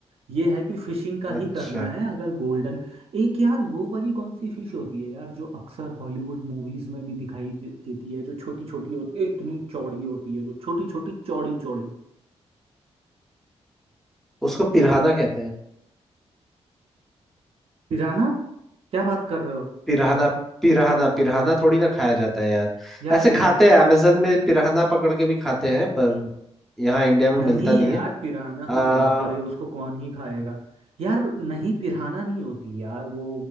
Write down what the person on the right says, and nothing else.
ये है कि फिशिंग का
ही करना है अगर गोल्डन एक यार वो वाली कौन सी फिश होती है यार जो अक्सर हॉलीवुड मूवीज में भी दिखाई दे, देती है जो छोटी छोटी होती है इतनी चौड़ी होती है जो छोटी छोटी चौड़ी चौड़ी
पिराना क्या बात कर रहे हो
यार
पिरा
नहीं
यार
पिराना तो
बाप रे उसको कौन ही खाएगा यार नहीं पिराना नहीं होती यार वो